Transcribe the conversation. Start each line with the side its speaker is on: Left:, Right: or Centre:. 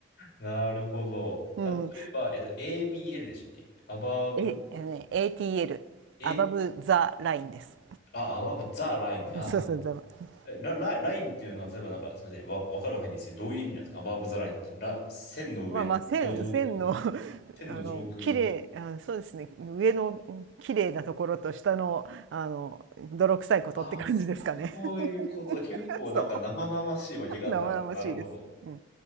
Left: なるほど。
Right: うん、
Left: 例えば、えっと、ABL でしたっけ ?Above?
Right: え、あのね、ATL、
Left: え、
Right: Above the Line です。
Left: あ、Above the line。
Right: そうそうそう。
Left: あ、なるほど。ラ、ラ、ラインっていうのは、例えばなんか、すみません、わ、わかる範囲ですけど、どういう意味なんですか ?Above the line。ら、線の上、
Right: まあまあ線、
Left: 上、上空、
Right: 線の <laughs>
Left: 線の上空。
Right: あの綺麗あそうですね上の綺麗なところと下のあの泥臭いことって感じですかね
Left: ああ、そういうこと。結構なんか生々しい分け方だな。
Right: <laughs> そう生々しいです、
Left: なるほど。
Right: うん、